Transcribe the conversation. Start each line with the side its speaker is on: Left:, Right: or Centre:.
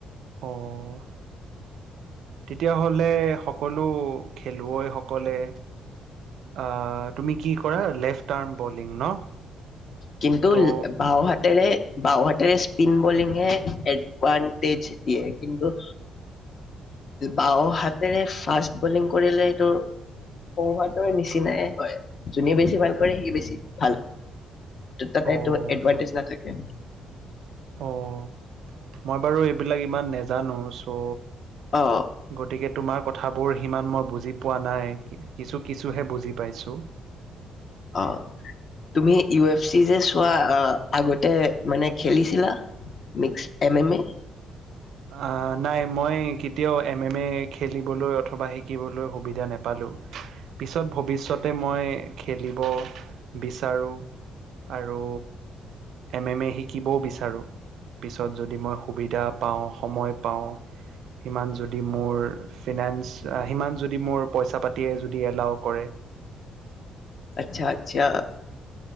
Right: অ' তেতিয়াহ'লে সকলো খেলুৱৈসকলে অ', তুমি কি কৰা লেফ্ট আৰ্ম বলিং ন'?
Left: কিন্তু
Right: ত'
Left: বাওঁ হাতেৰে বাওঁ হাতেৰে স্পিন বলিং হে এডভানটেজ দিয়ে। কিন্তু বাও হাতেৰে ফাষ্ট বলিং কৰিলে এইটো সোঁ হাতৰ নিচিনাই হয়। যোনে বেছি ভাল কৰে সি বেছি ভাল। তাতেটো
Right: অ'
Left: এডভানটেজ নাথাকে।
Right: অ', মই বাৰু এইবিলাক ইমান নেজানো। চ'
Left: অ
Right: গতিকে তোমাৰ কথা বোৰ সিমান মই বুজি পোৱা নাই। কিছু কিছুহে বুজি পাইছো।
Left: অ'। তুমি ইউ এফ চি যে চোৱা। আগতে মানে খেলিছিলা? Mix M M A.
Right: অ', নাই মই কেতিয়াও এম এম এ খেলিবলৈ অথবা শিকিবলৈ সুবিধা নাপালোঁ। পিছত ভৱিষ্যত তে মই খেলিব বিচাৰোঁ আৰু এম এম এ শিকিবও বিচাৰোঁ। পিছত যদি মই সুবিধা পাওঁ, সময় পাওঁ সিমান যদি মোৰ ফিনেন্স সিমান যদি মোৰ পইচা পাতিয়ে যদি এলাও কৰে।
Left: আচ্ছা আচ্ছা।